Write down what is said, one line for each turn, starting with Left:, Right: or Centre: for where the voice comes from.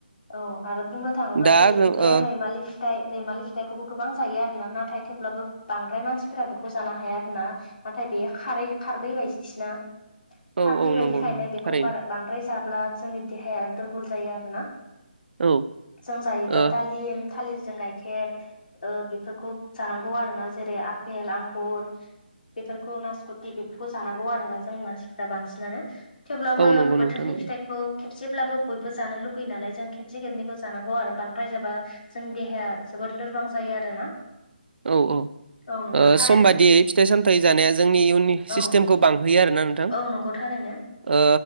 Left: औ आरो बुंनो थाङोब्ला
Right: दा
Left: जेरै
Right: जों
Left: बे
Right: ओ
Left: रैमालि फिथाइ रैमालि फिथाइखौबो गोबां जायो आरो। आरोना नाथाय थेवब्लाबो बांद्राय मानसिफोरा बेखौ जानो हाया आरो ना नाथाय बेयो खारै खारदै बायदि सोना।
Right: औ
Left: खारदै
Right: औ
Left: बायदिखायनो
Right: नंगौ नंगौ
Left: बेखौ
Right: थारैनो
Left: बारा बांद्राय जाब्ला जोंनि देहाया दुरबल जायो आरोना?
Right: औ
Left: जों जायोब्ला
Right: ओ
Left: दालिम थालिरजों गाइखेर ओ बे- बेफोरखौ जानांगौ आरो ना जेरै आफेल आंगुर बेफोरखौ नासख'थि बेफोरखौ जानांगौ आरोना जों मानसिफ्रा बांसिनानो थेवब्लाबो
Right: औ नंगौ नोंथां
Left: बोथोरनि
Right: नंगौ
Left: फिथाइखौ खेबसेब्लाबो बयबो जानो लुगैयो नालाय जों खेबसे खेबनैखौ जानांगौ आरो बांद्राय जाबा जोंनि देहाया जो लोरबां जायो आरोना।
Right: औ औ
Left: औ नोंथां थारैनो
Right: सम बाददियै फिथाइ सामथायाइ जानाया जोंनि इयुन सिस्टेमखौ
Left: औ
Right: बांहोयो आरो ना नोंथां।
Left: औ नंगौ थारैनो
Right: ओ